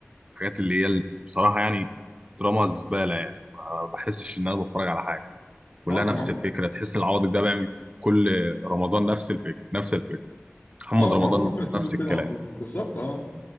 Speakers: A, on the right; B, on the left.
A: الحاجات اللي هي ال- بصراحه يعني دراما زباله يعني ما بحسش ان انا بتفرج على حاجه كلها
B: اه
A: نفس
B: يا عم
A: الفكره تحس العوضي ده بيعمل كل رمضان نفس الفكره نفس الفكره محمد
B: اه
A: رمضان
B: ما هو هما الاثنين
A: نفس
B: دول
A: الكلام
B: كده على طول بالظبط اه